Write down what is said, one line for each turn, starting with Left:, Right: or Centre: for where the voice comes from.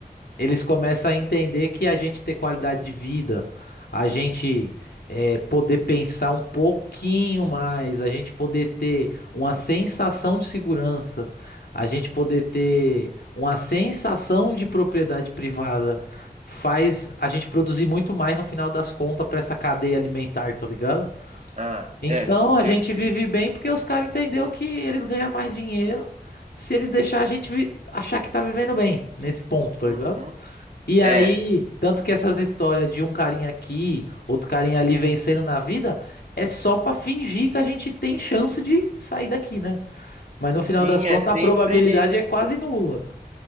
Left: eles começam a entender que a gente ter qualidade de vida, a gente eh, poder pensar um pouquinho mais, a gente poder ter uma sensação de segurança, a gente poder ter uma sensação de propriedade privada, faz a gente produzir muito mais no final das contas para essa cadeia alimentar, tá ligado?
Right: Ah,
Left: Então
Right: é, com certeza.
Left: a gente vive bem porque os caras entenderam que eles ganham mais dinheiro se eles deixar a gente vi- achar que tá vivendo bem nesse ponto, tá
Right: Uhum.
Left: ligado? E aí,
Right: É,
Left: tanto que essas histórias de um carinha aqui, outro carinha ali vencendo na vida, é só pra fingir que a gente tem chance de sair daqui, né? Mas no final
Right: sim,
Left: das contas,
Right: é sempre
Left: a probabilidade é quase nula.